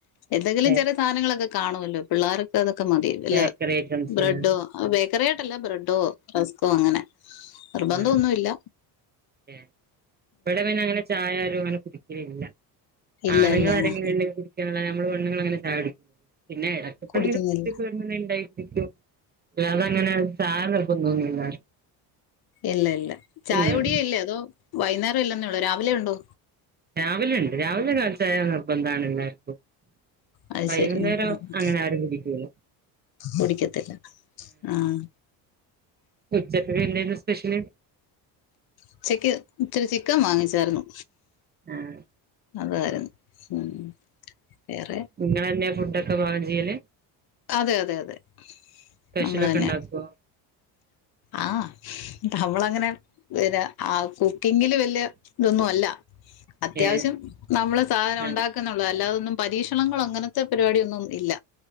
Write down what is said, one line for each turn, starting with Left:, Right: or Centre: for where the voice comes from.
Left: എന്തെങ്കിലും
Right: ഏഹ്
Left: ചെറിയ സാധനങ്ങളൊക്കെ കാണുമല്ലോ പിള്ളേർക്ക് അതൊക്കെ മതി ഇല്ല
Right: ബേക്കറി ഐറ്റംസ്
Left: ബ്രെഡോ
Right: ആഹ്
Left: ബേക്കറി ആയിട്ടല്ലേ ബ്രെഡോ? റസ്കോ അങ്ങനെ നിർബന്ധ
Right: ആഹ്
Left: ഒന്നുല്ല
Right: ഇവിടെ പിന്നെ അങ്ങനെ ചായാരും അങ്ങനെ കുടിക്കലില്ല
Left: ഇല്ല
Right: ആണ്ങ്ങളാരെങ്കിലും
Left: അല്ലേ ആ
Right: അല്ലേ കിള്ളേ നമ്മൾ വെണ്ണ്ങ്ങളങ്ങനെ ചായടിക്ക് പിന്നെ ഇടക്കപ്പഴെങ്കിലും
Left: കുടിക്കുന്നില്ല
Right: പൂതിയൊക്കെ വരുമ്പോ എന്തേലും ണ്ടാക്കി കുടിക്കും ല്ലാതങ്ങനെ ചായ നിർബന്ധം ഒന്നില്ല
Left: ഇല്ല ഇല്ല ചായ
Right: ആഹ്
Left: കുടിയെ ഇല്ലെ അതോ വൈന്നേരം ഇല്ലെന്നേ ഉള്ളൊ രാവിലെ ഉണ്ടോ?
Right: രാവിലെ ഇണ്ട് രാവിലെ കാൽച്ചായ നിർബന്താണ് എല്ലാർക്കും
Left: അത്
Right: വൈകുന്നേരം
Left: ശരി ഉം, ഉം, ഉം.
Right: അങ്ങനെ ആരും കുടിക്കൂല്ല.
Left: കുടിക്കത്തില്ല ആഹ്.
Right: ഉച്ചക്ക് പിന്നെര്ന്നു സ്പെഷ്യല്?
Left: ഉചക്ക് ഇച്ചിരി ചിക്കൻ വാങ്ങിച്ചാര്ന്നു.
Right: ആഹ്
Left: അതെ ഉം വേറെ
Right: ഇങ്ങളന്നെയ ഫുഡ്ഡൊക്ക പാകം ചിയ്യല്?
Left: അതെ അതെ അതെ
Right: സ്പെഷ്യലൊക്കെ
Left: നമ്മള് തന്നെയ.
Right: ഉണ്ടാക്കുവോ
Left: ആഹ് അവളങ്ങനെ പിന്നെ ആവ് കുക്കിങ്ങില് വല്യ ഇതൊന്നല്ല അത്യാവശ്യം
Right: ഏഹ്
Left: നമ്മള് സധനം
Right: ആഹ്
Left: ഉണ്ടാക്ക് ള്ളത് അല്ലാതൊന്നും പരീക്ഷണങ്ങളോ അങ്ങനത്തെ പരിപാടിയൊന്നും ഇല്ല.